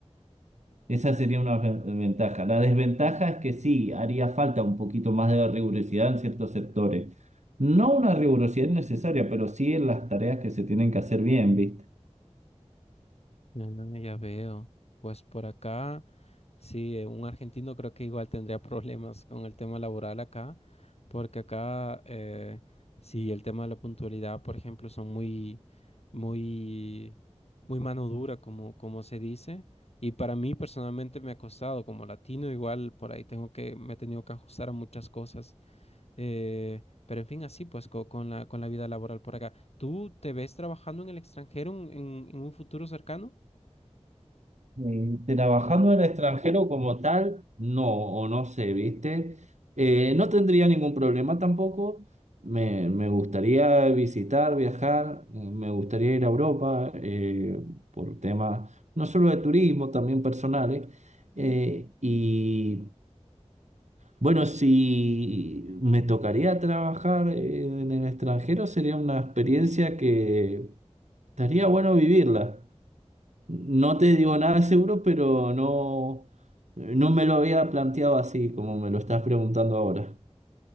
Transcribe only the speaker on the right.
esa sería una ve- ventaja. La desventaja es que sí, haría falta un poquito más de rigurosidad en ciertos sectores. No una rigurosidad necesaria, pero sí en las tareas que se tienen que hacer bien, ¿viste?
Eh, Trabajando en el extranjero como tal, no, o no sé, ¿viste? Eh, no tendría ningún problema tampoco. Me, me gustaría visitar, viajar, eh, me gustaría ir a Europa eh, por temas no solo de turismo, también personales. Eh, y bueno, si me tocaría trabajar eh, en el extranjero, sería una experiencia que estaría bueno vivirla. No te digo nada seguro, pero no, no me lo había planteado así como me lo estás preguntando ahora.